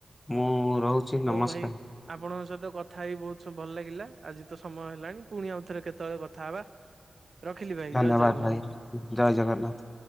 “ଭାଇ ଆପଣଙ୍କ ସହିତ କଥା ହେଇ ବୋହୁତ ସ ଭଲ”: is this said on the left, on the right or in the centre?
Right